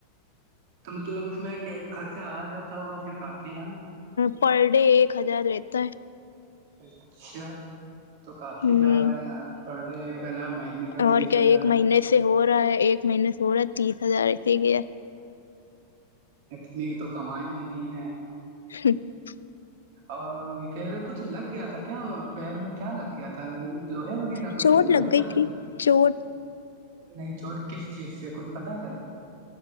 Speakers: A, on the right; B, on the left.
A: تو مطلب اس میں کہ خرچہ آ جاتا ہوگا پھر کافی یہاں
B: پر ڈے ایک ہزار لیتا ہے
A: اچھا تو کافی
B: ہ
A: جا رہے ہیں آپ پڑ ڈ ایک ہزار مہینے کا
B: اور
A: تیس
B: کیا
A: ہزار
B: ایک مہینے سے ہو رہا ہے ایک مہینے سے ہو رہا ہے تیس ہزارٹ گیا
A: اتنی تو کمائی بھی نہیں ہے
B: <inaudible>
A: اور یہ کہہ رہے کچھ لگ گیا تھا کیا پیر میں کیا لگ گیا تھا لوہے وغیرہ کچھ
B: چوٹ
A: لوہے
B: گئی
A: کا لگ
B: تھی
A: گیا تھا
B: چوٹ
A: نہیں چوٹ کس چیز سے کچھ پتا چلا